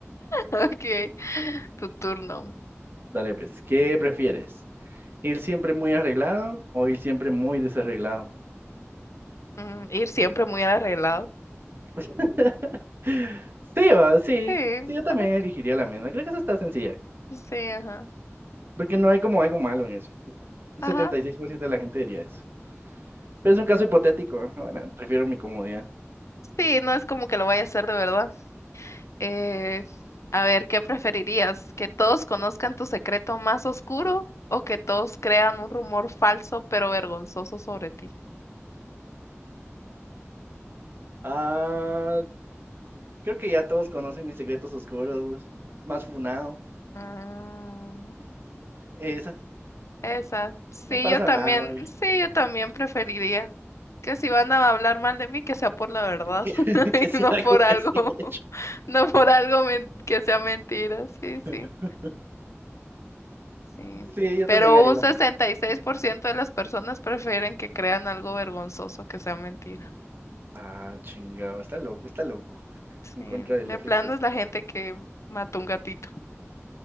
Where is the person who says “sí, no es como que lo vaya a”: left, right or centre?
Left